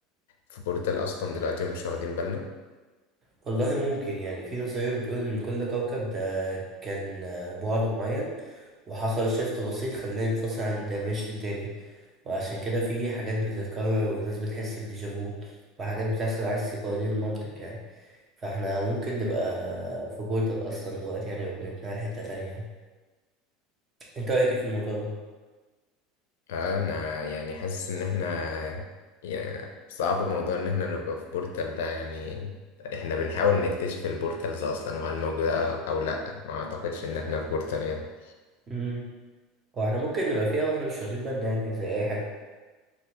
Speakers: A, on the left; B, on the right.
A: في بورتال أصلا دلوقتي ومش واخدين بالنا؟
B: والله ممكن يعني في نظرية بتقول ان كل كوكب ده كان آه، بعد معين وحصل شيفت بسيط خلاه ينفصل عن دايمنشن تاني وعشان كده في حاجات بتتكرر وناس بتحس بديجافو وحاجات بتحصل عكس قوانين المنطق يعني فاحنا ممكن نبقى في بورتال اصلا دلوقتي يعني وبنتنقل حتة تانية يعني انت رأيك ايه في الموضوع ده؟
A: آه، أنا يعني حاسس إن إحنا يعني صعب موضوع إن إحنا نبقى في بورتال ده يعني إحنا بنحاول نكتشف البورتالز أصلا وهل موجودة أو لأ ما أعتقدش إن إحنا في بورتال يعني
B: امم هو احنا ممكن نبقى فيها واحنا مش واخدين بالنا يعني زي اي حاجة